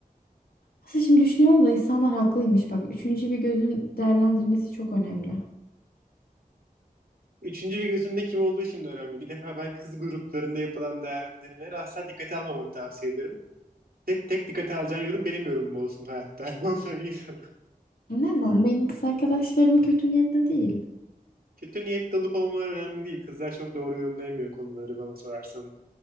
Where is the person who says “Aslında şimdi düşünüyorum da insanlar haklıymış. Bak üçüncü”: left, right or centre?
Left